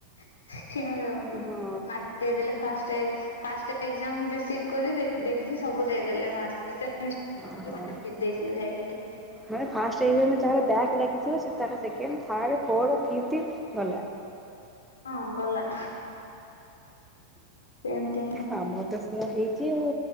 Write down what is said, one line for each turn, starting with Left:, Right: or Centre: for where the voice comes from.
Left: <unintelligible>
Centre: ଓହୋ ଓହୋ
Left: ଦେଇଦେଲେ ଫାଷ୍ଟ ଫାଷ୍ଟ ଏଜ୍ଜାମ୍ ବେସିକ୍ କରି ଦେଖିକି ସବୁ ଦେଇଦେଲେ ମାର୍କ। ସେମି
Centre: ଓହୋ।
Left: <unintelligible> ଦେଇଥିଲୁ ଯାଇକି।
Centre: ମାନେ ଫାଷ୍ଟ ଏଜ୍ଜାମ୍ ରେ ଯାହାର ବ୍ୟାକ୍ ଲାଗିଥିବ ସେ ତାର ସେକେଣ୍ଡ, ଥାର୍ଡ, ଫୋର, ଫିଫ୍ଥି ଗଲା।
Left: ହଁ ଗଲା ସେମତି
Centre: ଆମର ତ ସେଇଆ ହେଇଚି ଆଉ।